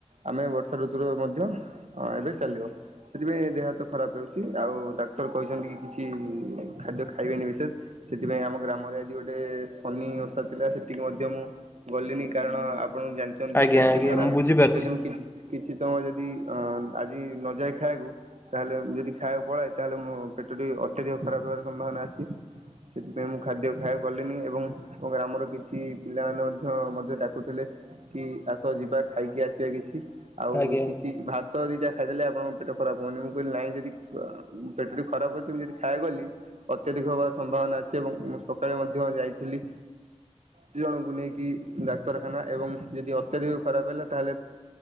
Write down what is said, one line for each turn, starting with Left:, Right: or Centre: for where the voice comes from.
Right: ଆମେ ବର୍ଷା ଋତୁରେ ମଧ୍ୟ ଅ -ଏବେ ଚାଲିବ। ସେଥିପାଇଁ ଦେହ ହାତ ଖରାପ୍ ହଉଚି ଆଉ ଡାକ୍ତର କହିଚନ୍ତି କି କିଛି ଖାଦ୍ୟ ଖାଇବେନି ବିଶେଷ୍ ସେଥିପାଇଁ ଆମ ଗ୍ରାମରେ ଆଜି ଗୋଟେ ଶନି ଓଷା ଥିଲା ସେଠିକି ମଧ୍ୟ ମୁଁ ଗଲିନି କାରଣ ଆପଣ ଜାଣିଚନ୍ତି
Left: ଆଜ୍ଞା
Right: ତ ପେଟଟି
Left: ଆଜ୍ଞା
Right: ଖରାପ୍
Left: ମୁଁ ବୁଝିପାରୁଛି।
Right: ଯଦି ମୁଁ କିଛି କିଛି ସମୟ ଯଦି ଅ -ଆଜି ନ ଯାଏ ଖାଇବାକୁ ତାହେଲେ ଯଦି ଖାଇବାକୁ ପଳାଏ ତାହେଲେ ମ ପେଟଟି ଅତ୍ୟଧିକ ଖରାପ୍ ହେବାର ସମ୍ଭାବନା ଅଛି। ସେଥିପାଇଁ ମୁଁ ଖାଦ୍ୟ ଖାଇବାକୁ ଗଲିନି ଏବଂ ଏବଂ ଗ୍ରାମର କିଛି ପିଲାମାନେ ମଧ୍ୟ -ମଧ୍ୟ ଡାକୁଥିଲେ। କି ଆସ ଯିବା ଖାଇକି ଆସିବା କିଛି ଆଉ
Left: ଆଜ୍ଞା
Right: କିଛି ଭାତ୍ ତ ଦିଟା ଖାଇଦେଲେ ଆପଣଙ୍କ ପେଟ ଖରାପ ହଉନି ମୁଁ କହିଲି ନାଇଁ ଯଦି ଅ ପେଟଟି ଖରାପ୍ ଅଛି ମୁଁ ଯଦି ଖାଇବାକୁ ଗଲି ଅତ୍ୟଧିକ ହବା ସମ୍ଭାବନା ଅଛି ଏବଂ ମୁଁ ସକାଳେ ମଧ୍ୟ ଯାଇଥିଲି ଦି ଜଣଙ୍କୁ ନେଇକି ଡାକ୍ତରଖାନା ଏବଂ ଯଦି ଅତ୍ୟଧିକ ଖରାପ୍ ହେଲା ତାହେଲେ